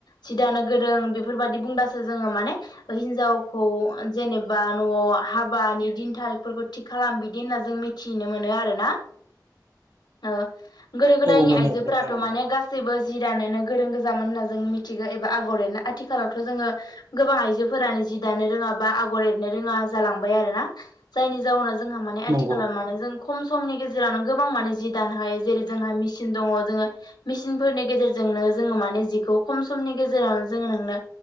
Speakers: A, on the left; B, on the right.
A: सि लानो गोरों बेफोरबायदि बुंबासो जोङो माने हिनजावखौ जेनेबा न'आव हाबानि दिन थारिखफोरखौ थिग खालाम बिदि होनना जों मिथिनो मोनो आरोना। ओ गोदो गोदायनि
B: औ मोनो
A: आइजोफोराथ'
B: नोंथां नंगौ
A: माने गासैबो जि दानोनो गोरों गोजामोन होनना जों मिथिगौ एबा आगरनो आथिखालावथ' जोङो गोबां आइजोफोरानो जि दानो रोङाबा आगर एरनो रोङा जालांबाय आरो ना जायनि जाउनाव जोंहा माने आथिखालाव
B: नंगौ
A: माने जों खम समनि गेजेराव गेजेरावनो गोबां माने जि दानो हायो जेरै जोंहा मेसिन दङ जोङो मेसिनफोरनि गेजेरजोंनो जोङो माने जिखौ खम समनि गेजेरावनो जोङो नोंनो